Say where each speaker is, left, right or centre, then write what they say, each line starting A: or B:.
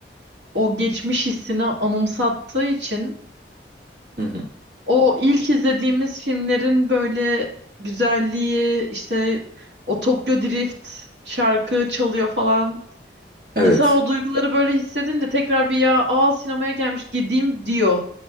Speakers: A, on the right; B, on the right.
A: o geçmiş hissini anımsattığı için
B: Hı hı.
A: o ilk izlediğimiz filmlerin böyle güzelliği işte o Tokyo Drift şarkı çalıyor falan.
B: Evet,
A: İnsan o duyguları böyle hissedince tekrar bir ya aa sinemaya gelmiş gideyim diyor